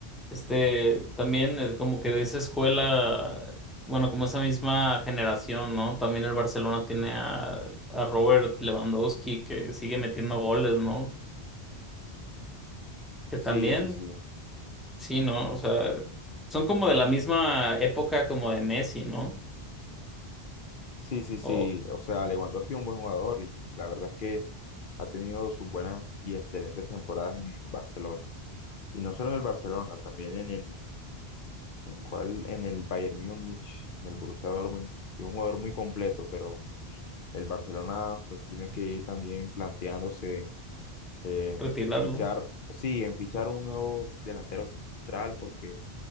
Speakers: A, in the centre; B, on the left (about 55°).
A: Este, también eh, como que de esa escuela, bueno, como esa misma generación, ¿no? También el Barcelona tiene a, a Robert Lewandowski que sigue metiendo goles, ¿no? Que también,
B: Sí, sí, sí.
A: sí, ¿no? O sea, son como de la misma época como de Messi, ¿no?
B: Sí, sí, sí.
A: O
B: O sea, Lewandowski es un buen jugador y la verdad es que ha tenido sus buenas y excelentes temporadas en el Barcelona. Y no solo en el Barcelona, también en el, en cual, en el Bayern Múnich, en el Borussia Dortmund. Es un jugador muy completo, pero el Barcelona pues tiene que ir también planteándose en, en
A: retirarlo.
B: fichar, sí, en fichar un nuevo delantero central porque